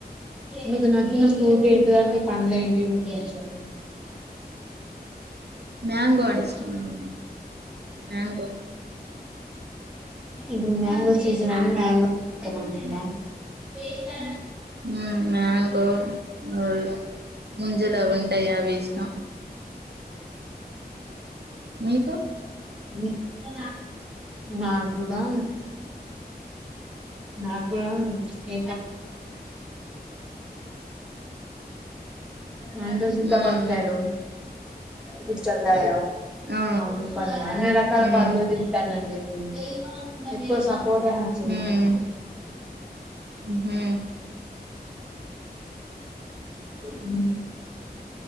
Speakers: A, in the centre; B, on the right.
A: మీకు నచ్చిన ఫ్రూట్ ఏంటిదండి పండ్లు ఏంటి మీకు నచ్చిన
B: మ్యాంగో అంటే ఇష్టమండి మ్యాంగో
A: ఇప్పుడు మ్యాంగో సీజన్ అని మ్యాంగో ష్టమంటుందా వస్ినా
B: ఉమ్మ్ మ్యాంగో మళ్లీ ముంజలు అది ఉంటాయి అవిష్టం మీకు
A: ఉమ్మ్ నాకూడా నాగుడా ఎ యెంతో సీతాఫల్కాయలు
B: ఉమ్
A: పుచ్చకాయ
B: ఆ
A: మామిడి పండ్లు అన్ని రకాల
B: ఉమ్
A: పండ్లు తింటానండి నే ను ఎప్తోసాప్ పోట నచ్చదు నాకు
B: ఉమ్ ఉహూ
A: ఉమ్మ్